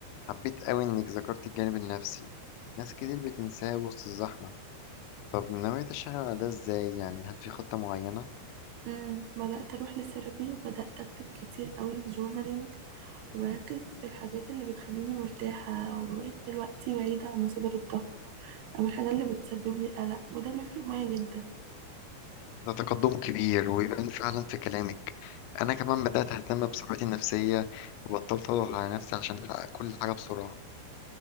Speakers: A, on the left; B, on the right.
A: حبيت قوي انك ذكرت الجانب النفسي ناس كتير بتنساه وسط الزحمه طب ناوية تشتغل على ده ازاي يعني هل في خطة معينة؟
B: مم. بدأت أروح للثيرابي وبدأت أكتب كتير قوي في جورنالينج وبركز في الحاجات اللي بتخليني مرتاحة وبقيت دلوقتي بعيدة عن مصادر الضغط أو الحاجات اللي بتسبب لي قلق وده بيفرق معايا جدا
A: ده تقدم كبير ويبان فعلا في كلامك أنا كمان بدأت أهتم بصحتي النفسية وبطلت أضغط على نفسي عشان أحقق كل حاجة بسرعة